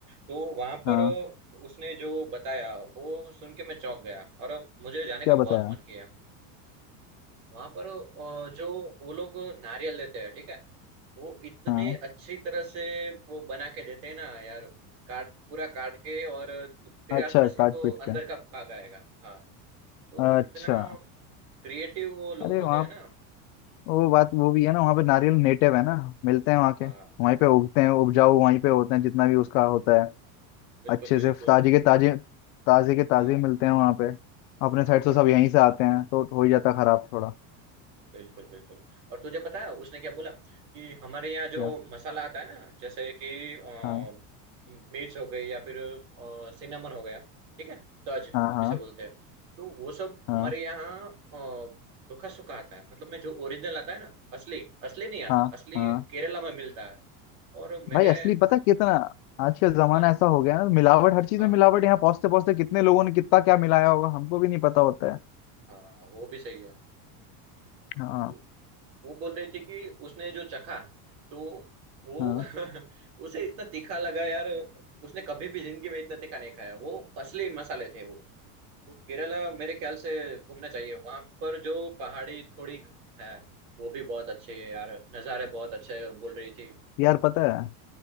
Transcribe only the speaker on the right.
तो वहां
पर उसने जो बताया वो सुन के मैं चौंक गया और मुझे जाने
का बहुत
मन किया वहां पर अ, जो वो लोग नारियल लेते हैं ठीक है वो इतने
अच्छी तरह से वो बना के देते हैं ना यार काट पूरा काट के और त- तेरे
हाथ में सिर्फ
वो
अंदर
का भाग आएगा हाँ तो
इतना क्रिएटिव वो लोग
होते
हैं ना
हाँ
बिल्कुल
बिल्कुल
हाँ
हाँ
और
बिल्कुल बिल्कुल और तुझे पता है उसने क्या बोला कि हमारे यहाँ जो
मसाला आता है ना जैसे कि अ,
मिर्च हो गई या फिर सिनेमन हो गया ठीक है तज
जिसे बोलते हैं तो वो सब
हमारे यहाँ अ, रुखा सूखा आता है मतलब में जो ओरिजिनल आता है ना असली असली नहीं आता
असली
केरला में मिलता है और मैंने
कितना
हाँ
हाँ हाँ, वो भी सही है
तो वो बोल रहे थे कि उसने जो चखा तो वो
<laughs> उसे इतना तीखा लगा यार उसने कभी भी जिंदगी में इतना तीखा नहीं खाया वो असली मसाले थे वो तो केरला मेरे ख्याल से घूमना चाहिए वहां पर जो पहाड़ी थोड़ी है वो भी बहुत अच्छी है यार नज़ारे बहुत अच्छे हैं, बोल रही थी